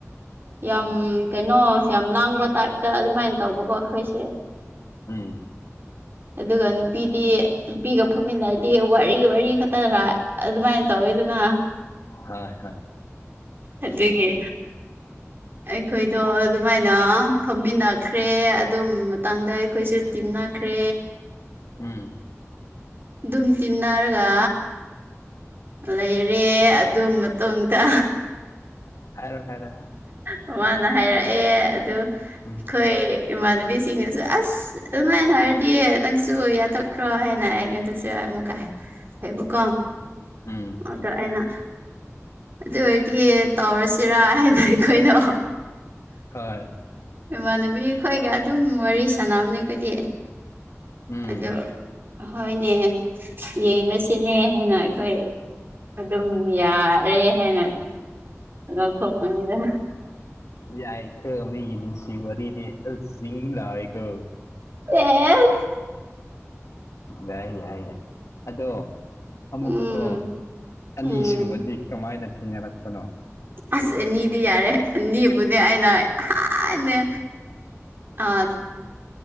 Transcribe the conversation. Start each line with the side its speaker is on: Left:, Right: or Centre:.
Right: ꯌꯥꯝ
Left: ꯍꯣꯏ
Right: ꯀꯩꯅꯣ ꯌꯥꯝ ꯂꯥꯡꯕ ꯇꯥꯏꯞꯇ ꯑꯗꯨꯃꯥꯏꯅ ꯇꯧꯕꯀꯣ ꯑꯩꯈꯣꯏꯁꯦ
Left: ꯎꯝ
Right: ꯑꯗꯨꯒ ꯅꯨꯄꯤꯗꯤ ꯅꯨꯄꯤꯒ ꯐꯝꯃꯤꯟꯅꯔꯗꯤ ꯋꯥꯔꯤ ꯋꯥꯔꯤ ꯈꯛ ꯇꯔꯥꯏ ꯑꯗꯨꯃꯥꯏꯅ ꯇꯧꯋꯦꯗꯅ
Left: ꯍꯣꯏ ꯍꯣꯏ
Right: ꯑꯗꯨꯒꯤ ꯑꯩꯈꯣꯏꯗꯣ ꯑꯗꯨꯃꯥꯏꯅ ꯐꯝꯃꯤꯟꯅꯈ꯭ꯔꯦ ꯑꯗꯨ ꯃꯇꯥꯡꯗ ꯑꯩꯈꯣꯏꯁꯨ ꯇꯤꯟꯅꯈ꯭ꯔꯦ
Left: ꯎꯝ
Right: ꯑꯗꯨꯝ ꯇꯤꯟꯅꯔꯒ ꯂꯩꯔꯦ ꯑꯗꯨ ꯃꯇꯨꯡꯗ
Left: ꯍꯥꯏꯔꯣ ꯍꯥꯏꯔꯣ
Right: ꯃꯥꯅ ꯍꯥꯏꯔꯛꯑꯦ ꯑꯗꯨ ꯑꯩꯈꯣꯏ
Left: ꯎꯝ
Right: ꯏꯃꯥꯟꯅꯕꯤꯁꯤꯡꯅꯁꯨ ꯑꯁ ꯑꯗꯨꯃꯥꯏꯅ ꯍꯥꯏꯔꯗꯤ ꯅꯪꯁꯨ ꯌꯥꯊꯣꯛꯈ꯭ꯔꯣ ꯍꯥꯏꯅ ꯑꯩꯉꯣꯟꯗꯁꯨ ꯁꯤ ꯑꯃꯨ ꯀꯥꯏ ꯍꯥꯏꯕ ꯀꯣ
Left: ꯎꯝ
Right: ꯑꯗꯣ ꯑꯩꯅ ꯑꯗꯨ ꯑꯣꯏꯔꯗꯤ ꯇꯧꯔꯁꯤꯔ ꯑꯩꯈꯣꯏꯗꯣ
Left: ꯍꯣꯏ
Right: ꯏꯃꯥꯟꯅꯕꯤ ꯑꯩꯈꯣꯏꯒ ꯑꯗꯨꯝ ꯋꯥꯔꯤ ꯁꯥꯟꯅꯕꯅꯤ ꯑꯩꯈꯣꯏꯗꯤ
Left: ꯎꯝ
Right: ꯑꯗꯨ ꯍꯣꯏꯅꯦ ꯌꯦꯡꯉꯁꯤꯅꯦ ꯍꯥꯏꯅ ꯑꯩꯈꯣꯏ ꯑꯗꯨꯝ ꯌꯥꯔꯦ ꯍꯥꯏꯅ ꯂꯧꯊꯣꯛꯄꯅꯤꯗꯅ
Left: ꯌꯥꯏ ꯀꯣ ꯃꯤꯒꯤ ꯅꯨꯡꯁꯤ ꯋꯥꯔꯤꯗꯤ ꯑ ꯖꯤꯡ ꯂꯥꯎꯋꯤꯀꯣ
Right: ꯑꯦꯁ
Left: ꯌꯥꯏ ꯌꯥꯏ ꯌꯥꯏ ꯑꯗꯣ ꯑꯃꯨꯀꯀꯣ
Right: ꯎꯝ
Left: ꯑꯅꯤꯁꯨꯕꯗꯤ
Right: ꯎꯝ
Left: ꯀꯃꯥꯏꯅ ꯊꯨꯡꯅꯔꯛꯄꯅꯣ
Right: ꯑꯁ ꯑꯅꯤꯗꯤ ꯌꯥꯔꯦ ꯑꯅꯤꯕꯨꯗꯤ ꯑꯩꯅ ꯏꯍꯥꯟꯅ ꯑ